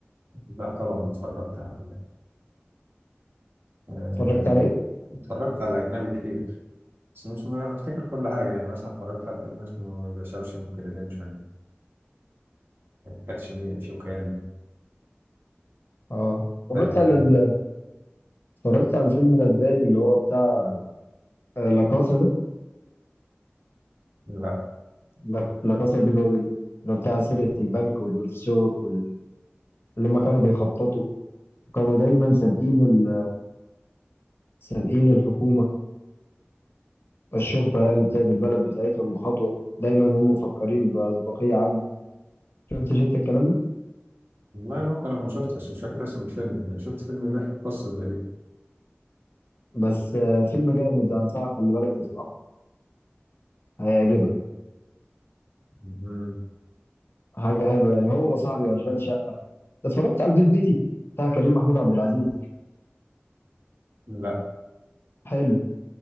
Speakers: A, on the right; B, on the left.
A: لا طبعا اتفرجت على آه،
B: اتفرجت على ايه
A: اتفرجت على أجنبي كتير بس مش م- أنا أفتكر كل حاجة يعني مثلا اتفرجت على فيلم اسمه ذا شاوشنك ريديمشن كاتش مي إف يو كان
B: اه اتفرجت
A: تايتان
B: على ال... اتفرجت على الفيلم الاسباني اللي هو بتاع آه، لا كاسا ده
A: لا
B: لا لا كاسا دي بابل اللي هو بتاع سرقة البنك والبروفيسور وال... اللي ما كانوا بيخططوا وكانوا دايما سابقين ال... سابقين الحكومة الشرطة يعني بتاعت البلد بتاعتهم بخطوة دايما هم مفكرين بأسبقية عنهم شفت شفت الكلام ده
A: والله ممكن أكون شفته بس مش فاكر اسم الفيلم يعني شفت فيلم بيحكي قصة زي دي
B: بس آه، فيلم جامد ده انصحك خلي بالك تسمعه هيعجبك
A: مهم.
B: حاجة حلوة يعني هو وصاحبي وأشغال شقة اتفرجت على البيت بيتي بتاع كريم محمود عبد العزيز
A: لا
B: حلو